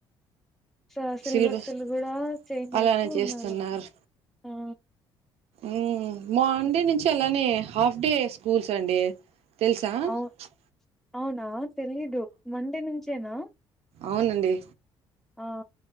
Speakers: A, in the centre; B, on the right.
A: స సిల్
B: సిలబస్
A: బస్సులు గూడా చేంజ్
B: అలానే
A: జేస్తూ
B: చేస్తున్నారు
A: ఉన్నారు ఆ
B: ఊమ్ మాండె నుంచి అలానే హాఫ్ డే స్కూల్స్ అండి తెల్ సా
A: అవు
B: ప్చ్
A: అవునా తెలిదు మండే నుంచేనా
B: అవునండి
A: ఆ